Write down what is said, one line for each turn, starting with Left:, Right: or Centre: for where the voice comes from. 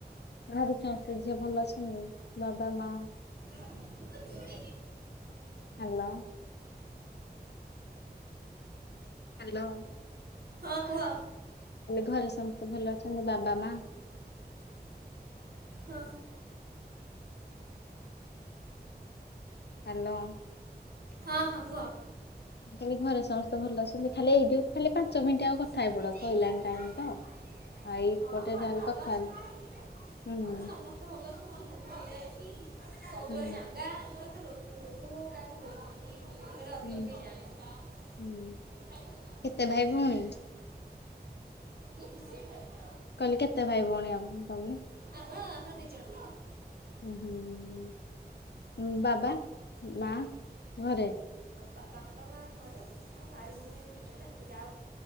Left: ଘରେ ଚମ୍ପି ଝିଅ ଭଲଅଛନ୍ତି ବାବା ମା
Right: ହ <unintelligible>
Left: ହାଲୋ। ହ୍ୟାଲୋ।
Right: ହଁ କୁହ?
Left: ଘରେ ସମସ୍ତେ ଭଲ ଅଛନ୍ତି ବାବା ମା।
Right: ହଁ।
Left: ହାଲୋ।
Right: ହଁ ହଁ କୁହ?
Left: କହିଲି ଘରେ ସମସ୍ତେ ଭଲ ଅଛନ୍ତି ଖାଲି ଏଇଠିଉ ଖାଲି ପାଞ୍ଚ ମିନିଟ୍ ଆଉ।
Right: <unintelligible>
Left: କଥା ହେଇ ପଡ ସଇଲାଣି ଟାଇମ ତ। ଆଉ ଏଇପଟେ
Right: ହଁ ଘରେ
Left: ଯାହେଲେ
Right: ଭଲ
Left: କଥା
Right: ଅଛନ୍ତି।
Left: ହେଲେ ହୁଁ
Right: ଘରେ ସମସ୍ତେ ଭଲ ଅଛନ୍ତି। ଭଲ ଅଛି ସବୁପୁଅ
Left: ହୁଁ।
Right: ଚାଙ୍ଗା ଆମର ତ ରୋ ରୋଗ ଫୋଗ କାହାକୁ ହୁଏନି। ମେଡିକାଲ୍
Left: ହୁଁ
Right: ଅଧିକ
Left: ହୁଁ
Right: କେହି ଯାନ୍ତିନି।
Left: କେତେ ଭାଇ ଭଉଣୀ?
Right: କି ବିଶିକି ଖାଇବା।
Left: କହିଲି କେତେ ଭାଇ ଭଉଣୀ ଆଉ ତମେ?
Right: ଆମର ଆମର ଦି ଜଣ।
Left: ହୁଁ ବାବା ମା ଘରେ।
Right: ବାପା ମା ଘରେ ଆଉ ଭାଇ ଭଉଣୀ ଦିଇ ଜଣ ଏତିକି ଆଉ